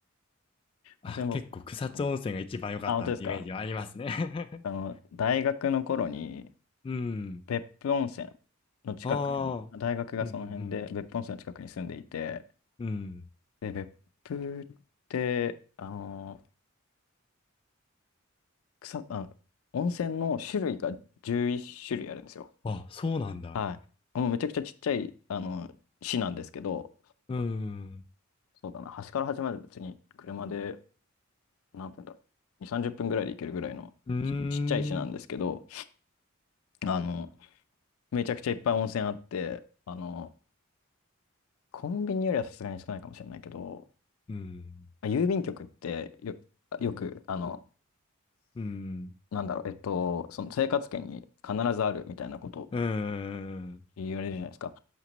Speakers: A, on the left; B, on the left.
A: あ、
B: 温泉も、
A: 結構草津温泉が一番良かったってイメージはありますね。
B: うんあ、本当ですかあの、
A: <laughs>
B: 大学の頃に
A: うん。
B: 別府温泉の近くに、
A: ああ、
B: 大学がその辺で別府温泉の近くに住んでいて、
A: うん、うん、うん。うん。
B: で、別府って、あの草、あ、温泉の種類が11種類あるんですよ。
A: あ、そうなんだ。
B: はい。もうめちゃくちゃちっちゃい、あの、市なんですけど、
A: うん。
B: そうだな、端から端まで別に車で何分だろう。2、30分ぐらいで行けるぐらいのち、
A: うー
B: ちっちゃい市なんですけど、
A: ん。
B: あの、めちゃくちゃいっぱい温泉あって、あの、コンビニよりはさすがに少ないかもしれないけど、
A: うん。
B: まあ郵便局ってよ、よく、あの、
A: うん。
B: なんだろう、えっと、その生活圏に必ずあるみたいなことを
A: うん。
B: 言われるじゃないですか。